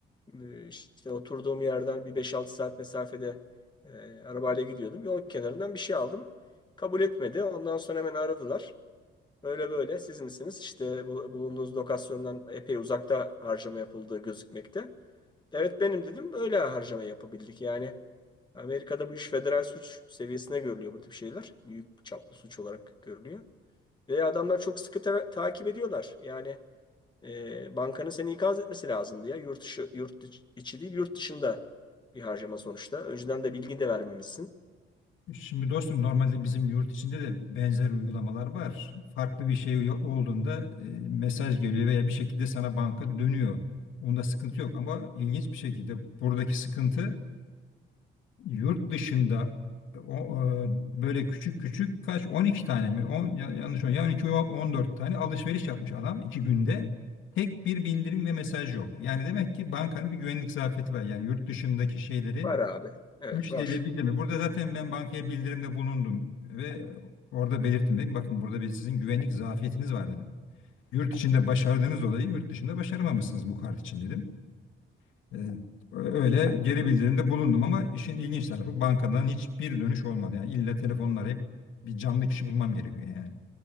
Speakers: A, on the left; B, on the left.
A: Ee, İşte oturduğum yerden bir beş altı saat mesafede e, arabayla gidiyordum. Yol kenarından bir şey aldım. Kabul etmedi. Ondan sonra hemen aradılar. Böyle böyle siz misiniz? İşte bu- bulunduğunuz lokasyondan epey uzakta harcama yapıldığı gözükmekte. Evet benim dedim. Öyle harcama yapabildik. Yani Amerika'da bu iş federal suç seviyesine görülüyor bu tip şeyler. Büyük çaplı suç olarak görülüyor. Ve adamlar çok sıkı ta- takip ediyorlar. Yani e, bankanın seni ikaz etmesi lazımdı ya. Yurt dışı, yurt dışı- içi değil, yurt dışında bir harcama sonuçta. Önceden de bilgi de vermemişsin.
B: Şimdi dostum normalde bizim yurt içinde de benzer uygulamalar var. Farklı bir şey yo- olduğunda e, mesaj geliyor veya bir şekilde sana banka dönüyor. Onda sıkıntı yok ama ilginç bir şekilde buradaki sıkıntı yurt dışında o, e, böyle küçük küçük kaç 12 tane mi 10 ya- yanlış mı yani iki on dört tane alışveriş yapmış adam iki günde tek bir bildirim ve mesaj yok. Yani demek ki bankanın bir güvenlik zafiyeti var. Yani yurt dışındaki şeyleri
A: Var abi. Evet
B: müşteriye
A: var.
B: bildirme. Burada zaten ben bankaya bildirimde bulundum ve orada belirttim dedim. Bakın burada bir sizin güvenlik zafiyetiniz var dedim. Yurt içinde başardığınız olayı yurt dışında başaramamışsınız bu kart için dedim. E, öyle geri bildirimde bulundum ama işin ilginç tarafı bankadan hiçbir dönüş olmadı. Yani illa telefonla arayıp
A: Hı.
B: bir canlı kişi bulmam gerekiyor yani.